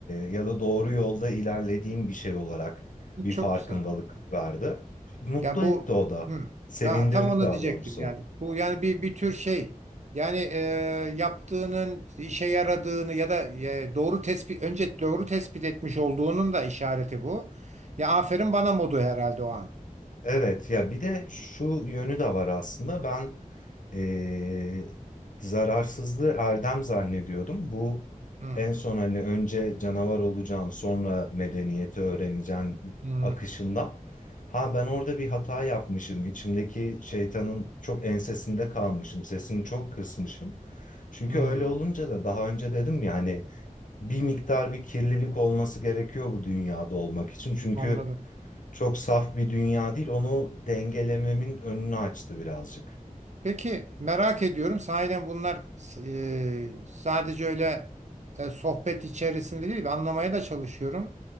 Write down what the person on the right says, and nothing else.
Çok
güzel.
Ya bu
hı,
ya tam onu
diyecektim
yani. Bu yani bir bir tür şey. Yani e, yaptığının işe yaradığını ya da e, doğru tespit önce doğru tespit etmiş olduğunun da işareti bu. Ya aferin bana modu herhalde o an.
Hı,
hı,
hı.
Anladım.
Peki merak ediyorum sahiden bunlar e, sadece öyle e, sohbet içerisinde değil ben anlamaya da çalışıyorum.